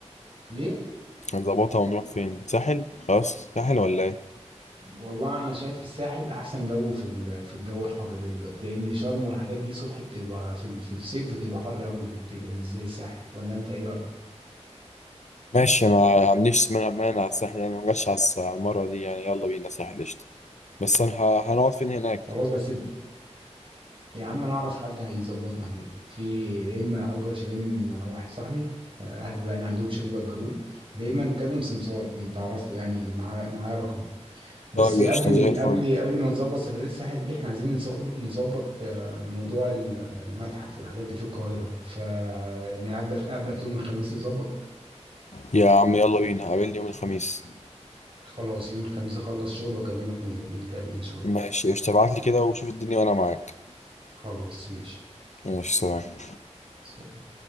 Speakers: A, on the right; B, on the left.
A: ليه
B: هنظبطها ونروح فين ساحل خلاص ساحل ولا ايه
A: والله انا شايف في الساحل احسن جو في ال- في الجو الحر ده دلوقتي لان شرم والحاجات دي صبح بتبقى في ال- في الصيف بتبقى حر قوي بتبقى مش زي الساحل ولا انت ايه رايك
B: ماشي ما عنديش مانع مانع على الساحل يعني ما جاش على الس- على المره دي يعني يلا بينا ساحل قشطه بس انا ه- هنقعد فين هناك
A: خلاص بس يا عم انا اعرف حد هيظبطنا هناك في يا اما اجر شاليه من واحد صاحبي آه، اهله يعني عندهم شاليه بيأجروه يا اما نكلم سمسار كنت اعرفه يعني معاه معاه رقم بس
B: طيب
A: قبل
B: قشطه زي الفل
A: قبل قبل ما نظبط سفرية الساحل دي احنا عايزين نظبط نظبط آه، موضوع ال- المتحف والحاجات دي في القاهرة فنقابلك قابلك يوم الخميس نظبط
B: يا عم يلا بينا قابلني يوم الخميس
A: خلاص يوم الخميس اخلص شغل واكلمك ون- ونتقابل ان شاء الله
B: ماشي قشطه ابعت لي كده وشوف الدنيا وانا معاك
A: خلاص ماشي
B: ماشي سلام
A: سلام